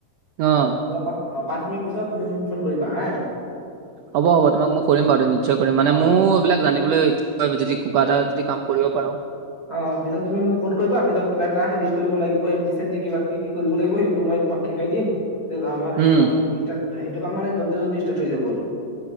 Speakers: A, on the right (about 80°); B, on the left (about 25°).
A: অ'
B: যোৱা পাঁচ অ পাঁচ মিনিট পিছত তুমি মোক ফোন কৰিবা হাই।
A: হ'ব হ'ব তোমাক মই কৰিম বাৰু দে নিশ্চয় কৰিম মানে
B: অ
A: মোৰ বিলাক জানিবলৈ যদি কিবা এটা যদি কিবা এটা কাম কৰিব পাৰোঁ।
B: অ পিছত তুমি মোক ফোন কৰিবা পিছত কিবা এটা হেৰি কৰিব লাগিব এণ্টি - চেন্টি কিবা - কিবি কৰিব লাগিব সেইটো মই তোমাক শিকাই দিম। ত আমাৰ সেইটো
A: উম
B: কাম ষ্টাট‍‌ সেইটো কাম মানে জল্দি - জল্দি ষ্টাৰ্ট হৈ যাব আৰু।